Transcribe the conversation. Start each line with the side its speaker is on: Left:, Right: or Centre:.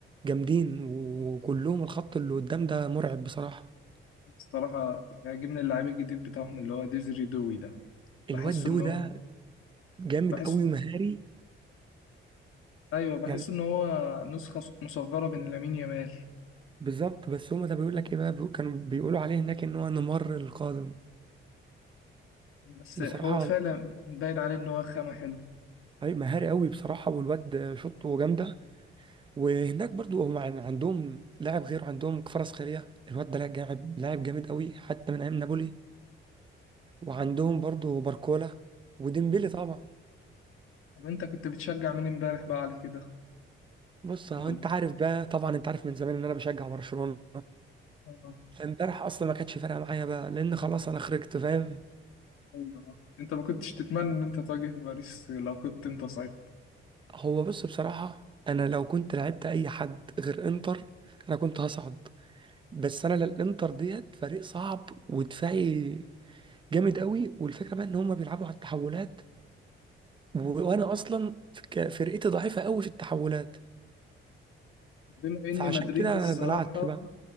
Right: جامدين وكلهم الخط اللي قدام ده مرعب بصراحه
Left: الصراحة عاجبني اللعيب الجديد بتاعهم اللي هو ديزري دوي ده بحس
Right: الواد دو
Left: إنه
Right: ده جامد
Left: بحس
Right: قوي ومهاري
Left: أيوه بحس
Right: يعني
Left: إن هو نسخة مصغرة من لامين يامال
Right: بالظبط بس هما ده بيقول لك ايه بقى بيقول- كانوا بيقولوا عليه هناك ان هو نيمار القادم
Left: بس
Right: بصراحه
Left: هو فعلا باين عليه إن هو خامة حلو
Right: اي مهاري قوي بصراحه والواد شوطه جامده وهناك برضو هم عن- عندهم لاعب غير عندهم كفاراتسخيليا الواد ده لاعب جامد، لاعب جامد قوي حتى من ايام نابولي وعندهم برضو باركولا وديمبلي طبعا
Left: طب أنت كنت بتشجع مين إمبارح بقى على كده؟
Right: بص هو
Left: مول-
Right: انت عارف بقى طبعا انت عارف من زمان ان انا بشجع برشلونه
Left: آه
Right: فامبارح اصلا ما كانتش فارقه معايا بقى لان خلاص انا خرجت فاهم
Left: أيوه أنت ما كنتش تتمنى إن أنت تواجه باريس لو كنت أنت صايب
Right: هو بص بصراحة أنا لو كنت لعبت أي حد غير إنتر أنا كنت هصعد بس أنا لا- الإنتر ديت فريق صعب ودفاعي جامد قوي والفكرة بقى إن هما بيلعبوا على التحولات و... وأنا أصلا ك- فرقتي ضعيفة قوي في التحولات
Left: بما إني
Right: فعشان
Left: مدريد
Right: كده
Left: الصراحة
Right: بلعت بقى